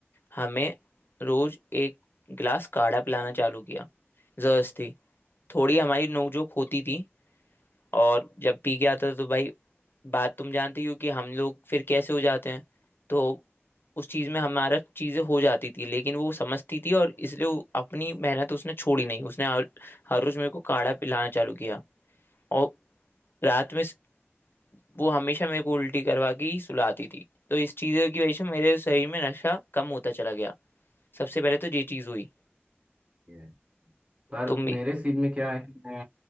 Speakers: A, on the left; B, on the right.
A: हमें रोज एक गिलास काढ़ा पिलाना चालू किया जबरदस्ती थोड़ी हमारी नोकझोंक होती थी और जब पी के आता था तो भाई बात तुम जानती हो कि हम लोग फिर कैसे हो जाते हैं तो उस चीज में हमारा चीजें हो जाती थी लेकिन वो समझती थी और इसलिए वो अपनी मेहनत उसने छोड़ी नहीं उसने हर, हर रोज मेरे को काढ़ा पिलाना चालू किया और रात में स- वो हमेशा मेरे को उल्टी करवा के ही सुलाती थी तो इस चीज की वजह से मेरे शरीर में नशा कम होता चला गया सबसे पहले तो ये चीज हुई
B: ये पर
A: तुम
B: मेरे सीन में क्या है कि मैं